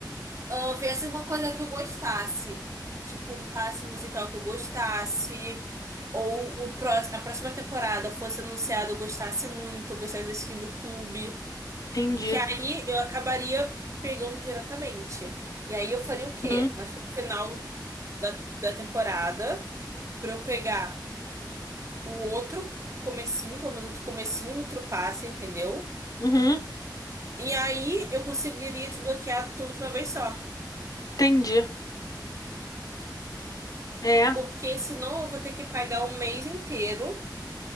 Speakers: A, on the right; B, on the left.
A: Ah, viesse uma coisa que eu gostasse. Tipo, um passe musical que eu gostasse. Ou o pró a próxima temporada fosse anunciada, eu gostasse muito, eu gostasse da skin do clube.
B: Entendi.
A: Que aí eu acabaria pegando diretamente. E aí eu faria o quê?
B: Uhum.
A: Mas pro final da, da temporada, pra eu pegar o outro comecinho, pelo menos outro comecinho no outro passe, entendeu?
B: Uhum.
A: E aí eu conseguiria desbloquear tudo de uma vez só.
B: Entendi. É. É,
A: Porque senão eu vou ter que pagar um mês inteiro